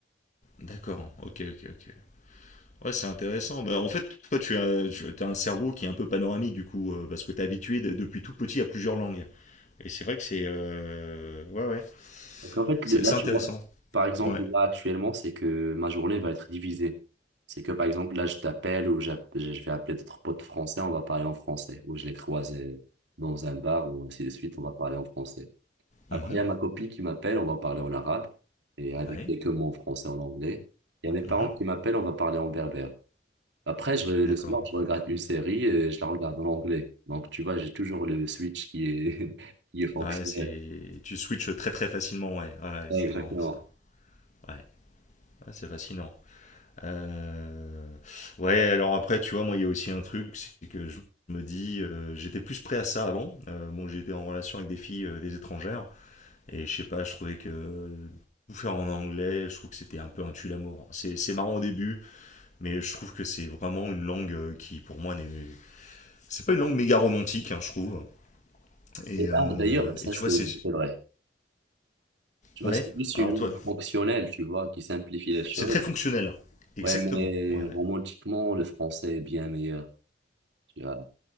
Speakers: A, on the left; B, on the right.
A: D'accord, ok, ok, ok. Ouais, c'est intéressant. Bah, en fait, toi, tu as, tu as un cerveau qui est un peu panoramique, du coup, euh, parce que tu es habitué de- depuis tout petit à plusieurs langues. Et c'est vrai que c'est. euh, Ouais, ouais.
B: Donc en fait,
A: C'est
B: le- là,
A: c'est
B: tu
A: intéressant.
B: vois, par exemple,
A: Ouais.
B: là, actuellement, c'est que ma journée va être divisée. C'est que, par exemple, là, je t'appelle ou j'app- je je vais appeler d'autres potes français, on va parler en français. Ou je les croise euh, dans un bar ou ainsi de suite, on va parler en français. Après,
A: Mhm,
B: il y a ma copine qui m'appelle, on va parler en arabe et avec
A: Ouais.
B: quelques mots en français, en anglais. Il y a mes parents
A: Mhm,
B: qui m'appellent, on va parler en berbère. Après, je, le
A: D'accord.
B: soir, je regarde une série et je la regarde en anglais. Donc, tu vois, j'ai toujours le switch qui est, <laughs> qui est fonctionnel.
A: Ouais, c'est. Tu switches très, très facilement, ouais. Ouais,
B: Ouais,
A: c'est
B: exactement.
A: marrant ça. Ouais, Ouais, c'est fascinant. Euh, Ouais, alors après, tu vois, moi, il y a aussi un truc, c'est que je me dis, euh, j'étais plus prêt à ça avant. Euh, bon, j'étais en relation avec des filles, euh, des étrangères, et je sais pas, je trouvais que tout faire en anglais, je trouve que c'était un peu un tue-l'amour. C'est c'est marrant au début, mais je trouve que c'est vraiment une langue euh, qui, pour moi, n'est... C'est pas une langue méga romantique, hein, je trouve. Et,
B: Et,
A: euh,
B: ah, d'ailleurs, ça
A: et tu
B: c'est
A: vois, c'est...
B: c'est vrai. Tu vois,
A: Ouais,
B: c'est plus
A: alors
B: une langue
A: toi,
B: fonctionnelle, tu vois, qui simplifie les choses.
A: c'est très fonctionnel. Exactement,
B: Ouais, mais
A: ouais.
B: romantiquement, le français est bien meilleur. Tu vois,